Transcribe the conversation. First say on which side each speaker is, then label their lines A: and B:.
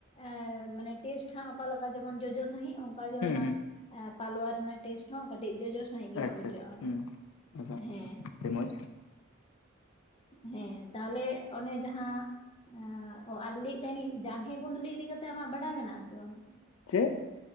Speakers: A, on the left; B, on the left.
A: ᱮᱸ ᱢᱟᱱᱮ ᱴᱮᱥᱴ ᱦᱟᱸ ᱚᱠᱟ ᱞᱮᱠᱟ ᱡᱮᱢᱚᱱ ᱡᱚᱡᱚ ᱥᱟᱺᱦᱤᱡ ᱚᱱᱠᱟᱜᱮ
B: ᱦᱩᱸ
A: ᱚᱱᱟ
B: ᱦᱩᱸ
A: ᱯᱟᱞᱣᱟ ᱨᱮᱱᱟᱜ ᱴᱮᱥᱴ ᱦᱚᱸ ᱠᱟᱹᱴᱤᱡ ᱡᱚᱡᱚ ᱥᱟᱹᱦᱤᱡ ᱜᱮ
B: ᱟᱪᱪᱷᱟ
A: ᱦᱟᱸᱜ ᱵᱩᱡᱷᱟᱹᱜᱼᱟ
B: ᱟᱪᱪᱷᱟ ᱦᱩᱸ ᱚᱱᱠᱟ
A: ᱦᱮᱸ
B: ᱟᱹᱰᱤ ᱢᱚᱡᱽ
A: ᱦᱮᱸ ᱛᱟᱦᱞᱮ ᱚᱱᱮ ᱡᱟᱦᱟᱸ ᱮᱸᱻ ᱚ ᱟᱨ ᱞᱟᱹᱭᱮᱫ ᱛᱟᱦᱮᱱᱤᱧ ᱡᱟᱱᱦᱮ ᱜᱩᱰᱞᱤ ᱤᱫᱤ ᱠᱟᱛᱮᱫ ᱟᱢᱟᱜ ᱵᱟᱲᱟᱭ ᱢᱮᱱᱟᱜᱼᱟ ᱟᱥᱮ ᱵᱟᱝ
B: ᱪᱮᱫ